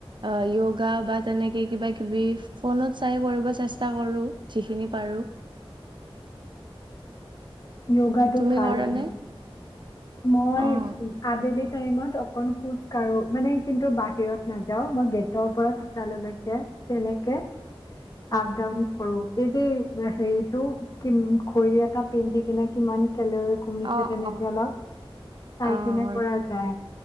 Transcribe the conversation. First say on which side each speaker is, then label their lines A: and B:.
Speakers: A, on the right; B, on the left.
A: অ য়গা বা তেনেকে কিবা কিবি ফোনত চাই কৰিব চেষ্টা কৰোঁ, যিখিনি পাৰোঁ!
B: য়গাটো
A: তুমি
B: ভাল
A: কৰা
B: কিন্তু,
A: নে?
B: মই
A: অ'।
B: আবেলি টাইমত অকণ খোজ কাঢ়ো, মানে কিন্তু বাহিৰত নাযাওঁ মই গে টৰ, পৰা চোতাললৈকে তেনেকে
A: <unintelligible>
B: আপ ডাউন কৰোঁ! এই যে হেৰিটো, কিম ঘড়ী এটা পিন্ধি কিনে, কিমান কেলৰি কমিছে
A: অ
B: তেনেকে
A: অ
B: অলপ পাৰিকিনে
A: অ হয়
B: কৰা যায়,